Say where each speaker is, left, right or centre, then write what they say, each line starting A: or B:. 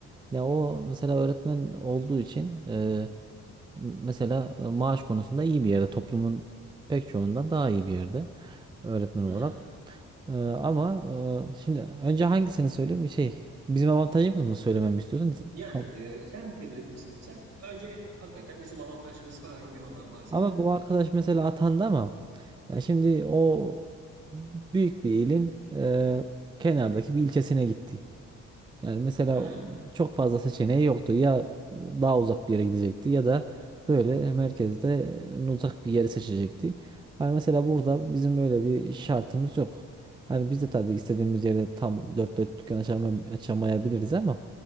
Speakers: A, on the right; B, on the right.
A: Ya o mesela öğretmen olduğu için eee, mesela e, maaş konusunda iyi bir yerde toplumun pek çoğundan daha iyi bir yerde öğretmen olarak.
B: aha.
A: Eee, ama eee, şimdi önce hangisini söyleyeyim şey bizim avantajımız mı söylememi istiyorsun?
B: Yani
A: Kam-
B: e, sen bilirsin. Önce hakikaten bizim avantajımız <laughs> var mı bir ondan bahsedelim.
A: Ama bu arkadaş mesela atandı ama Ya şimdi o büyük bir ilin e, kenardaki bir ilçesine gitti. Yani mesela
B: Aha.
A: çok fazla seçeneği yoktu. Ya daha uzak bir yere gidecekti ya da böyle merkezde e, uzak bir yeri seçecekti. Hani mesela burada bizim öyle bir şartımız yok. Hani biz de tabii istediğimiz yerde tam dört dört dükkan açama- açamayabiliriz ama